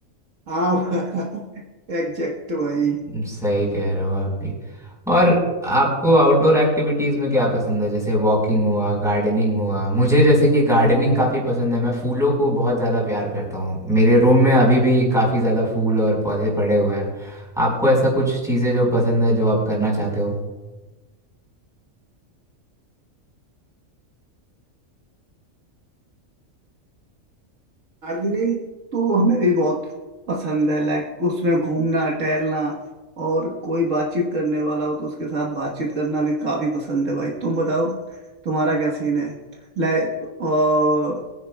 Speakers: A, on the right; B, in the centre.
A: खाओ हाँ <laughs> एग्जैक्ट भाई
B: सही कह रहे हो आप भी और आपको आउटडोर एक्टिविटीज़ में क्या पसंद है जैसे वॉकिंग हुआ गार्डनिंग हुआ मुझे जैसे कि गार्डनिंग काफ़ी पसंद है मैं फूलों को बहुत ज़्यादा प्यार करता हूँ मेरे रूम में अभी भी काफ़ी ज़्यादा फूल और पौधे पड़े हुए हैं आपको ऐसा कुछ चीज़ें जो पसंद है जो आप करना चाहते हो
A: गार्डनिंग तो हमें भी बहुत पसंद है लाइक उसमें घूमना टहलना और कोई बातचीत करने वाला हो तो उसके साथ बातचीत करना भी काफी पसंद है भाई तुम बताओ तुम्हारा क्या सीन है लाइक और